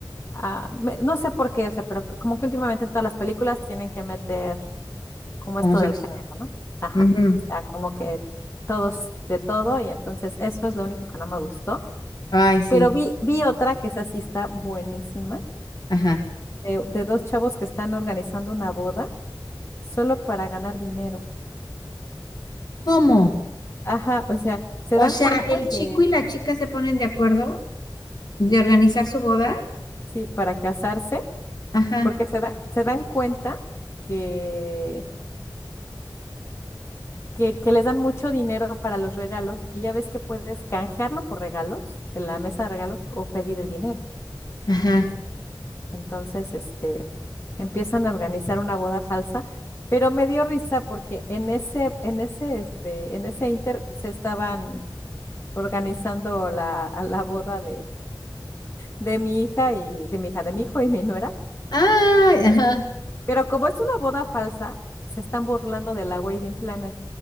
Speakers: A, on the left; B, on the left.
A: ah, me- no sé por qué, o sea, pero como que últimamente en todas las películas tienen que meter como esto
B: Homosexual.
A: del género, ¿no? Ajá.
B: Ujú.
A: O sea, como que todos de todo y entonces eso es lo único que no me gustó.
B: Ay, sí.
A: Pero vi, vi otra que esa sí está buenísima,
B: Ajá.
A: de, de dos chavos que están organizando una boda solo para ganar dinero.
B: ¿Cómo?
A: Ajá, o sea, se
B: O
A: dan
B: sea,
A: cuenta
B: el chico
A: que,
B: y la chica se ponen de acuerdo de organizar su boda.
A: sí, para casarse,
B: Ajá,
A: porque se da- se dan cuenta que que, que les dan mucho dinero para los regalos y ya ves que puedes canjearlo por regalos en la mesa de regalos o pedir el dinero.
B: ajá.
A: Entonces, este, empiezan a organizar una boda falsa, pero me dio risa porque en ese, en ese, este, en ese inter se estaban organizando la, a la boda de, de mi hija y de mi hija, de mi hijo y mi nuera.
B: Ay, ajá.
A: Pero como es una boda falsa, se están burlando de la wedding planner.